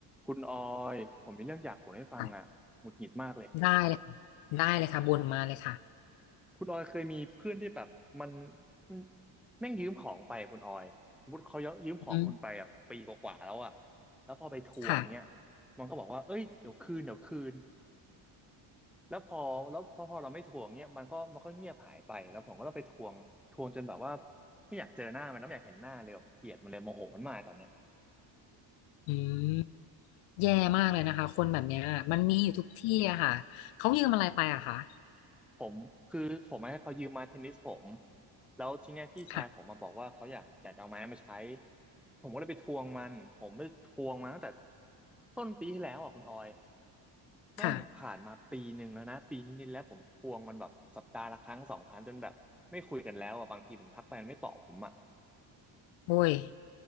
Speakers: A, in the centre; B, on the left.
A: คุณออยผมมีเรื่องอยากบ่นให้ฟังอ่ะหงุดหงิดมากเลย
B: ค่ะได้เลยค่ะได้เลยค่ะบ่นมาเลยค่ะ
A: คุณออยเคยมีเพื่อนที่แบบมันมันแม่งยืมของไปคุณออยสมมติเขายืมของคุณไปอ่ะปีกว่าๆแล้วอ่ะ
B: อืม
A: แล้วพอไปทวงเนี้ย
B: ค่ะ
A: มันก็บอกว่าเอ้ยเดี๋ยวคืนเดี๋ยวคืนแล้วพอแล้วพอพอเราไม่ทวงเนี้ยมันก็มันก็เงียบหายไปแล้วผมก็ต้องไปทวงทวงจนแบบว่าไม่อยากเจอหน้ามันแล้วไม่อยากเห็นหน้าเลยแบบเกลียดมันเลยโมโหมันมากตอนเนี้ย
B: อืมแย่มากเลยนะคะคนแบบเนี้ยมันมีอยู่ทุกที่อะค่ะเขายืมอะไรไปอะคะ
A: ผมคือผมให้เขายืมไม้เทนนิสผมแล้วทีเนี้ยพี่ชายผมมาบอกว่าเขาอยากอยากเอาไม้มาใช้
B: ค่ะ
A: ผมก็เลยไปทวงมันผมไปทวงมาตั้งแต่ต้นปีที่แล้วอ่ะคุณออยแม่งผ่านมาปีหนึ่งแล้วนะปีนิดๆแล้วผมทวงมันแบบสัปดาห์ละครั้งสองครั้งจนแบบไม่คุยกันแล้วอ่ะบางทีผมทักไปมันไม่ตอบผมอ่ะ
B: ค่ะโอ้ย